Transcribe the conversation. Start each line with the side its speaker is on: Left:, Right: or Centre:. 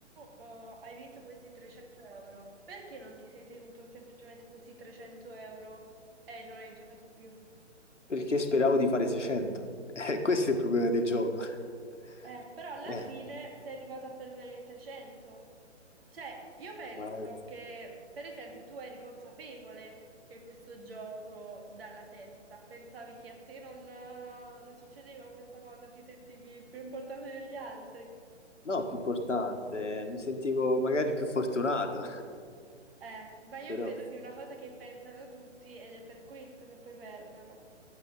Right: eh, hai vinto questi 300 euro, perché non ti sei tenuto semplicemente questi 300 euro e non hai giocato più?
Left: perché speravo di fare 600. Eh, <laughs> questo è il problema del gioco. <laughs>
Right: Eh, però alla fine
Left: Eh,
Right: sei arrivato a perdere i 300. Cioè, io penso
Left: ma-
Right: che, per esempio, tu eri consapevole che questo gioco dalla testa, pensavi che a te non, eh, non succedeva questa cosa, ti sentivi più importante degli altri.
Left: No, più importante, mi sentivo magari più fortunato,
Right: Eh, ma io
Left: <laughs>
Right: credo
Left: però
Right: che è una cosa che pensano tutti ed è per questo che poi perdono.